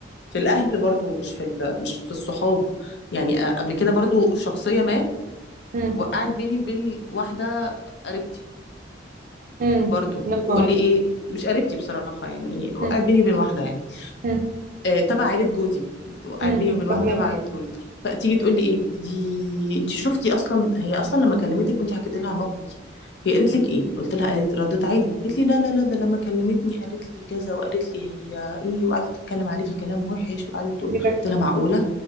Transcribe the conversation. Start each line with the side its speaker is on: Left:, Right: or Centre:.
Left: في الاهل برضو مش في ال- مش في الصحاب يعني أ- قبل كده برضو شخصيه ما
Right: امم
Left: وقعت بيني وبين واحدة قريبتي
Right: امم
Left: برضو
Right: يا نهار
Left: تقول لي ايه مش قريبتي بصراحة يعني وقعت
Right: امم
Left: بيني وبين واحدة يعني
Right: امم
Left: آه تبع عيلة جوزي وقعت
Right: امم
Left: بيني وبين واحدة
Right: فاهمك
Left: تبع عيلة جوزي فتيجي تقول لي ايه دي انت شفتي اصلا هي اصلا لما كلمتك وانت حكيت لها على الموقف دي هي قالت لك ايه قلت لها قالت ردت عادي قالت لي لا لا لا ده لما كلمتني قالت لي كذا وقالت لي هي ايه وقعدت تتكلم عليكي كلام وحش وقعدت تقول
Right: جدا
Left: قلت لها معقولة